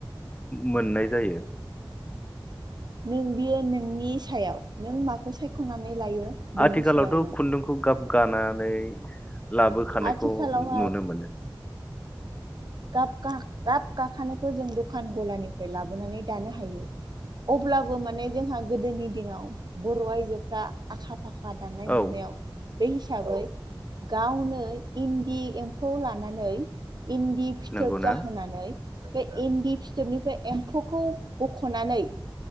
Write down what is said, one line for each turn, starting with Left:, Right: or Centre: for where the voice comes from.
Left: मोननाय जायो
Right: नों बियो नोंनि सायाव नों मा खौ सायख'नानै लायो बेनि
Left: आथिखालावथ'
Right: सायाव नों
Left: खुन्दुंखौ गाब गानानै लाबोखानायखौ
Right: आथिखालाव
Left: नुनो मोनो
Right: गाब गा गाब गाखानायखौ जों दखान गलानिफ्राय लाबोनानै दानो हायो अब्लाबो माने जोंहा गोदोनि दिनाव बर' आयजोफ्रा आखा फाखा खा दानाय
Left: औ
Right: लुनायाव बे हिसाबै गावनो इन्दि एम्फौ लानानै इन्दि फिथोब
Left: नंगौना
Right: जाहोनानै बे इन्दि फिथोबनिफ्राय एम्फौखौ बख'नानै